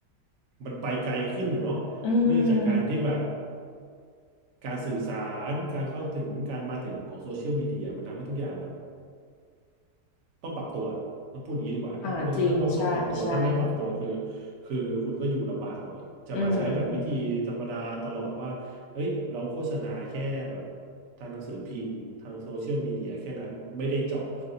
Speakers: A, on the right; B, on the left.
A: มันไปไกลขึ้นนะเนาะ
B: อื
A: เนื่องจากการที่แบบ
B: ม
A: การสื่อสารการเข้าถึงการมาถึงของโซเชียลมีเดียมันทำให้ทุกอย่างแบบ ต้องปรับตัวต้องพูดอย่างนี้ดีกว่าถ้าพูดอย่างนี้ก็ต้องต้องปรับตัวถ้าไม่ปรับตัวคือ
B: อ่า จริง ใช่ ใช่
A: คือคุณก็อยู่ลำบากหน่อยจะมาใช้แบบวิธีธรรมดาตลอดว่าเอ้ยเราโฆษณาแค่แบบ
B: อืม
A: ทางหนังสือพิมพ์ทางโซเชียลมีเดียแค่นั้นไม่ได้เจาะ